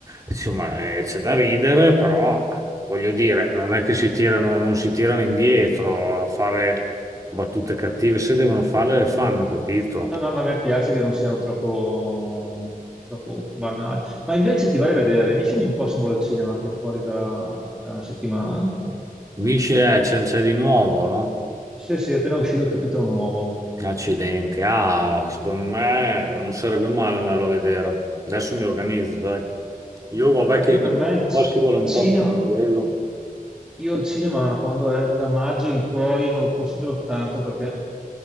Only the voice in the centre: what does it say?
no, no, ma a me piace che non siano troppo, troppo banali. Ma invece ti vai a vedere Mission Impossible al cinema, che è fuori da, da una settimana?
Sì, sì, è appena uscito il capitolo nuovo.
Perché
per me il c-
cinema,
io il cinema quando è da maggio in poi non lo considero tanto perché